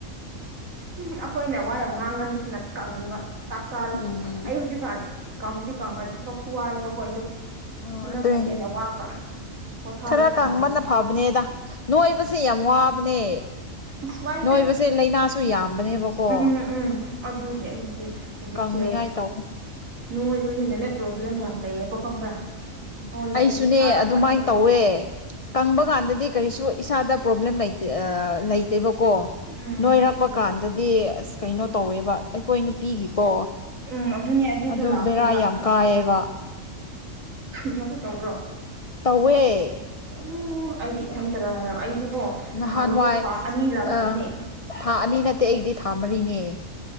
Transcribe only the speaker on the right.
ꯎ ꯑꯩꯈꯣꯏꯅ ꯋꯥꯏꯔ ꯑꯃ ꯉꯥꯡꯒꯟꯕꯁꯤꯅ ꯀꯪꯕ ꯆꯥꯛ ꯆꯥꯔꯁꯨ
ꯑꯩ ꯍꯧꯖꯤꯛꯀꯥꯟ ꯀꯪꯗꯤ ꯀꯪꯈ꯭ꯔꯦ ꯊꯕꯛꯁꯨ ꯋꯥꯏꯑꯦꯕꯀꯣ ꯑꯩꯗꯣ
ꯍꯟꯗꯛꯅ
ꯍꯦꯟꯅ ꯋꯥꯕ ꯄꯣꯊꯥꯕ
ꯐꯪꯗꯕ
ꯑꯁ ꯋꯥꯏꯗ
ꯎꯝ ꯎꯝ ꯑꯗꯨꯒꯤ ꯑꯩꯗꯤ ꯍꯧꯖꯤꯛꯁꯦ
ꯅꯣꯏꯕꯅꯤꯅꯅꯦ ꯄ꯭ꯔꯣꯕ꯭ꯂꯦꯝ ꯌꯥꯝ ꯂꯩꯌꯦꯕ ꯈꯪꯕ꯭ꯔꯥ
ꯑꯩꯉꯣꯟꯗ
ꯍꯧꯖꯤꯛ ꯏꯁꯥꯗ
ꯐꯠꯇꯕꯗꯣ
ꯎꯝ
ꯎꯝ ꯑꯗꯨꯅꯦ ꯑꯗꯨꯗꯣ
ꯂꯥꯛꯇꯦꯕ
ꯉꯪꯁꯨ ꯇꯧꯕ꯭ꯔꯣ
ꯎ ꯑꯩꯗꯤ ꯏꯊꯟꯇꯔ ꯍꯥꯏꯔꯣ ꯑꯩꯁꯨ ꯀꯣ
ꯅꯍꯥꯟꯃꯨꯛꯇꯣ ꯊꯥ ꯑꯅꯤ ꯂꯥꯛꯇꯕꯅꯦ